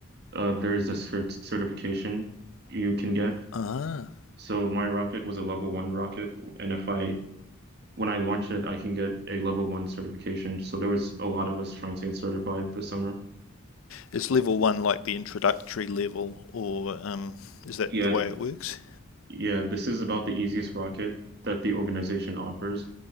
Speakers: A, on the right (about 50°); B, on the left (about 70°).
A: Uh, there is a cert certification you can get.
B: Ah.
A: So my rocket was a level one rocket, and if I when I launch it, I can get a level one certification. So there was a lot of us trying to get certified this summer.
B: Is level one like the introductory level, or um, is that
A: Yeah,
B: the way it works?
A: yeah, this is about the easiest rocket that the organization offers.